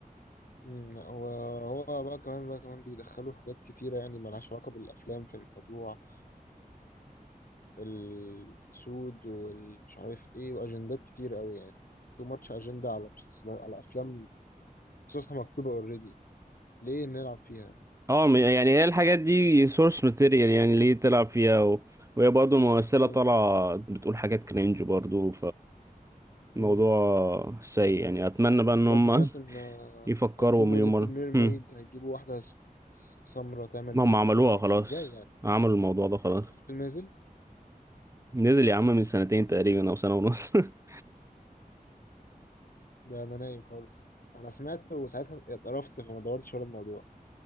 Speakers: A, on the left (about 70°); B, on the right (about 20°).
A: مم، وهو بقى كمان بقى كمان بيدخلوا حاجات كتيرة يعني ملهاش علاقة بالأفلام في الموضوع والسود والمش عارف إيه وأجندات كتير أوي يعني تو ماتش أجندة على مسلسلات على أفلام قصصها مكتوبة أوريدي ليه نلعب فيها
B: اه م- يعني هي الحاجات دي سورس ماتيريال يعني ليه تلعب فيها و... وهي برضه ممثلة
A: بالظبط
B: طالعة بتقول حاجات كرينج برضه
A: مم.
B: فموضوع سيء يعني أتمنى بقى إن
A: برضه
B: هم
A: سمعت إن
B: <laughs>
A: آه،
B: يفكروا
A: هيجيبوا
B: مليون
A: ليتل
B: مرة
A: ميرميد
B: هم.
A: هيجيبوا واحدة س- س- سمرة تعمل
B: ما
A: ليتل
B: هم عملوها
A: ميرميد
B: خلاص
A: إزاي يعني
B: عملوا الموضوع ده خلاص
A: الفيلم نازل
B: نزل يا عم من سنتين تقريبا أو سنة ونص <laughs>
A: ده أنا نايم خالص أنا سمعت وساعتها اتقرفت فما دورتش ورا الموضوع